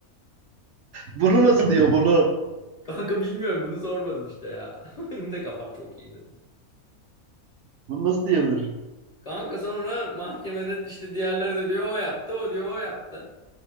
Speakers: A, on the right; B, on the left.
A: Bunu nasıl diyor bunu?
B: <laughs> Kanka bilmiyorum bunu sormadım işte ya. <laughs> Benim de kafam çok iyiydi.
A: Bunu nasıl diyebilir?
B: Kanka sonra mahkemede işte diğerleri de diyor o yaptı o diyor o yaptı.